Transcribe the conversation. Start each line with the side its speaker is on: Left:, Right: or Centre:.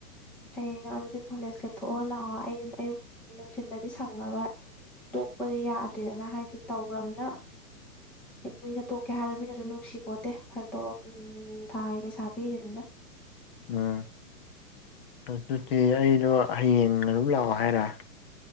Centre: ꯍꯌꯦꯡꯅ ꯑꯗꯨꯗꯤ ꯀꯣꯂꯦꯖ ꯂꯦꯞꯊꯣꯛꯑꯒ ꯂꯥꯛꯑꯣ ꯑꯩꯗꯤ ꯑꯌꯨꯛ ꯅꯨꯡꯊꯤꯟꯗꯗꯤ ꯁꯪꯉꯔꯣꯏ ꯇꯣꯛꯄꯗꯤ ꯌꯥꯗꯦꯅ ꯍꯥꯏꯗꯤ ꯇꯧꯈ꯭ꯔꯕꯅ ꯃꯤꯅ ꯇꯣꯛꯀꯦ ꯍꯥꯏꯕꯗ ꯃꯤꯅꯁꯨ ꯅꯨꯡꯁꯤꯄꯣꯠꯇꯦꯔ ꯇꯣꯂꯣꯞ ꯊꯥꯒꯤ ꯄꯩꯁꯥ ꯄꯤꯔꯤꯕꯅꯤꯅ
Left: ꯎꯝ ꯑꯗꯨꯗꯤ ꯑꯩꯗꯣ ꯍꯌꯦꯡ ꯑꯗꯨꯝ ꯂꯥꯛꯑꯣ ꯍꯥꯏꯔ